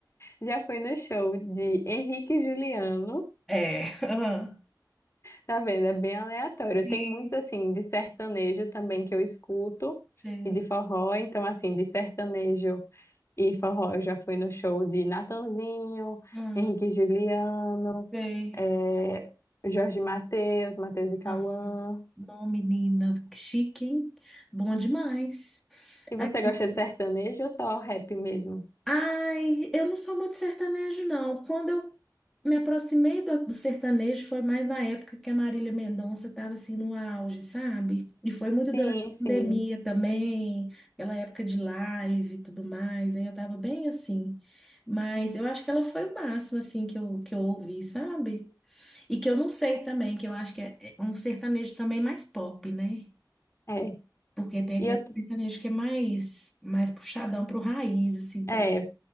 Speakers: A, on the left; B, in the centre.
A: Já fui no show de Henrique e Juliano,
B: É. aham.
A: tá vendo? É bem aleatório.
B: Sim,
A: Tem muitos, assim, de sertanejo também que eu escuto,
B: sei.
A: e de forró, então, assim, de sertanejo. E forró, eu já fui no show de Natanzinho,
B: Ah,
A: Henrique e Juliano,
B: sei.
A: eh, Jorge Mateus, Mateus e Cauã.
B: Ah, não, menina, que chique, hein? Bom demais.
A: E
B: Aqui.
A: você gosta de sertanejo ou só rap mesmo?
B: Ai, eu não sou muito sertanejo, não. Quando eu me aproximei do, do sertanejo, foi mais na época que a Marília Mendonça estava assim no auge, sabe? E foi muito durante
A: Sim,
B: a
A: sim.
B: pandemia também, aquela época de live e tudo mais. Aí eu tava bem assim. Mas eu acho que ela foi o máximo assim que eu, que eu ouvi, sabe? E que eu não sei também, que eu acho que é é um sertanejo também mais pop, né?
A: É.
B: Porque tem
A: E
B: aquele
A: eu, t-
B: sertanejo que é mais, mais puxadão pro raiz, assim, também.
A: é,